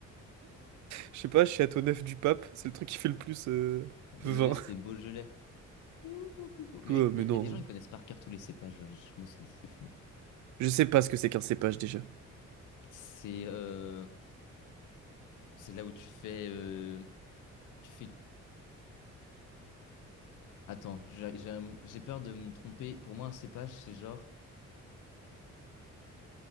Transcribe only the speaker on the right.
Je sais pas, je suis à ton 9 du pape. C'est le truc qui fait le plus euh,
vin.
Quoi,
mais
non.
Je sais pas ce que c'est qu'un cépage déjà.